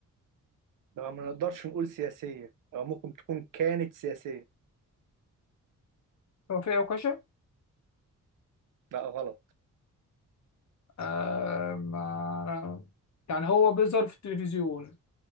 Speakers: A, on the right; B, on the left.
A: لا ما نقدرش نقول سياسية هو ممكن تكون كانت سياسية
B: توفيق عكاشة
A: لا غلط
B: آه، ما يعني هو بيظهر في التلفزيون